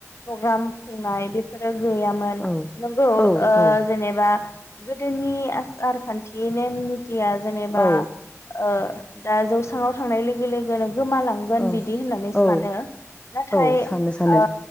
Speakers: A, on the left; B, on the left.
A: प्रग्राम खुंनाय बेफोरो गैयामोन
B: औ
A: नंगौ
B: औ
A: ओ
B: औ
A: जेनेबा गोदोनि आसारखान्थि नेम निट थिया जेनेबा
B: औ
A: ओ दा जौसांआव थांनाय लोगो लोगोनो गोमालांगोन
B: औ
A: बिदि होननानै सानो
B: औ
A: नाथाय
B: औ सानो सानो
A: ओ